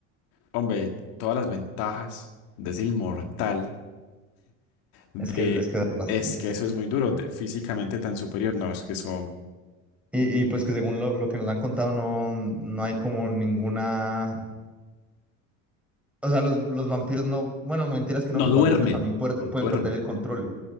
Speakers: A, on the left; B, in the centre.
A: hombre, todas las ventajas de ser inmortal, de...
B: Es que es que es bastante.
A: Es que eso es muy duro, de físicamente tan superior, no, es que eso...
B: Y, y pues que según lo, lo que nos han contado, no, no hay como ninguna O sea, los, los vampiros no. Bueno, mentiras que
A: No
B: no, los
A: duermen.
B: vampiros también puer-
A: No
B: pueden
A: duermen.
B: perder el control.